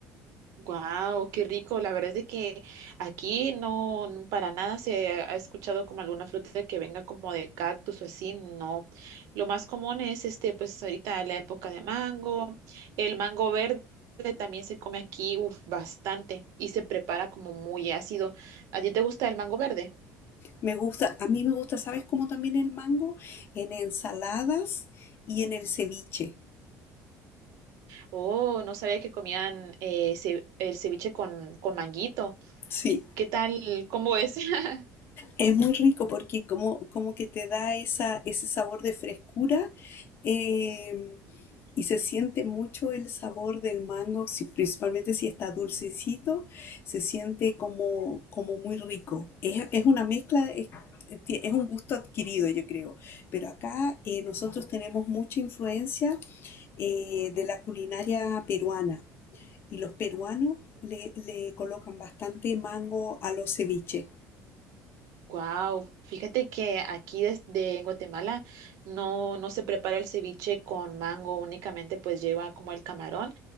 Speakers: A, on the right; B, on the left.
A: Wow, qué rico. La verdad es de que aquí no n- para nada se ha escuchado como alguna fruta que venga como de cactus o así. No. Lo más común es este, pues ahorita la época de mango. El mango verde también se come aquí, uf, bastante y se prepara como muy ácido. ¿A ti te gusta el mango verde?
B: Me gusta, a mí me gusta, ¿sabes cómo también el mango? En ensaladas y en el ceviche.
A: Oh, no sabía que comían eh, ce- el ceviche con, con manguito.
B: Sí.
A: ¿Y qué tal? ¿Cómo es? <laughs>
B: Es muy rico porque como, como que te da esa, ese sabor de frescura eh, y se siente mucho el sabor del mango, si- principalmente si está dulcecito, se siente como, como muy rico. Es, es una mezcla, es, es un gusto adquirido, yo creo. Pero acá eh, nosotros
A: Ujú.
B: tenemos mucha influencia eh, de la culinaria peruana y los peruanos le, le colocan bastante mango a los ceviches.
A: Wow, fíjate que aquí desde en Guatemala no, no se prepara el ceviche con mango, únicamente pues lleva como el camarón,